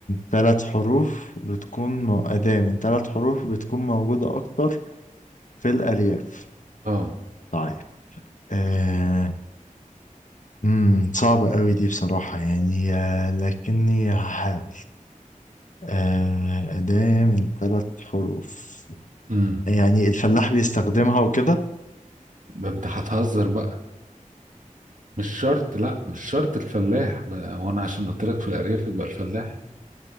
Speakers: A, on the left; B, on the right.
A: ثلاث حروف بتكون مو... أداة من ثلاث حروف بتكون موجودة أكتر في الأرياف
B: اه
A: طيب آه، مم، صعبة قوي دي بصراحة يعني آه، لكني هحاول آه، أداة من ثلاث حروف
B: امم
A: يعني الفلاح بيستخدمها وكده
B: ده انت هتهزر بقى مش شرط لا مش شرط الفلاح بقى هو انا عشان قلت لك في الارياف يبقى الفلاح